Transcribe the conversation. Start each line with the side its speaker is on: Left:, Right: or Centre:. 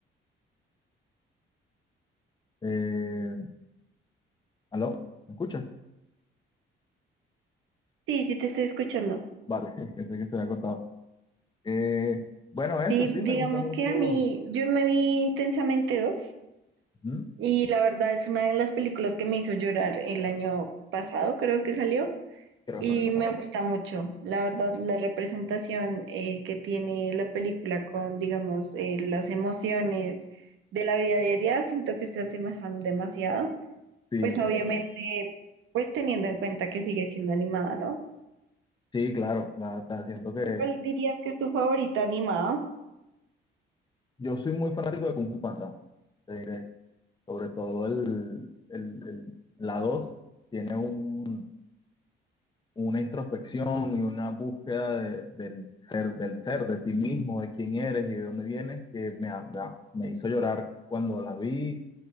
Left: Eh, ¿aló? ¿Me escuchas?
Right: Sí, sí te estoy escuchando.
Left: Vale, <laughs> pensé que se había cortado. Eh, bueno, eso
Right: Sí,
Left: sí,
Right: digamos
Left: me gusta mucho.
Right: que a mí, yo me vi Intensamente dos
Left: Ujú,
Right: y la verdad es una de las películas que me hizo llorar el año pasado, creo que salió.
Left: Creo
Right: Y
Left: que me he pasado.
Right: me gusta mucho, la verdad, la representación eh, que tiene la película con, digamos, eh, las emociones de la vida diaria, siento que se asemejan demasiado.
Left: Sí,
Right: Pues
Left: es
Right: obviamente,
Left: verdad.
Right: pues teniendo en cuenta que sigue siendo animada, ¿no?
Left: Sí, claro. la- la siento que
Right: ¿Cuál dirías que es tu favorita animada?
Left: yo soy muy fanático de Kung Fu Panda. Te diré, Sobre todo el, el, el- la 2 tiene un una introspección y una búsqueda de- del ser, del ser, de ti mismo, de quién eres y de dónde vienes, que me, me me hizo llorar cuando la vi